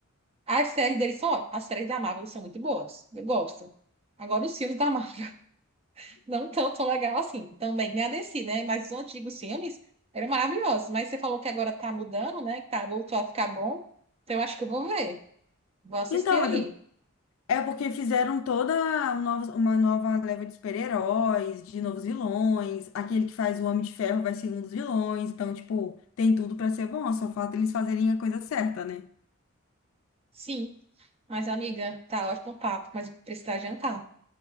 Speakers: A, on the right; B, on the left.
A: As séries deles são ótimas. As séries da Marvel são muito boas. Eu gosto. Agora, os filmes da Marvel <laughs> não tão tão legal assim. Também nem a DC, né? Mas os antigos filmes eram maravilhosos. Mas você falou que agora tá mudando, né? Que tá, voltou a ficar bom. Então, eu acho que eu vou ver. Vou assistir
B: Então,
A: aí.
B: mas é É porque fizeram toda um novo- uma nova leva de super-heróis, de novos vilões. Aquele que faz o Homem de Ferro vai ser um dos vilões. Então, tipo, tem tudo pra ser bom. Só falta eles fazerem a coisa certa, né?
A: Sim. Mas, amiga, tá ótimo o papo, mas precisa jantar.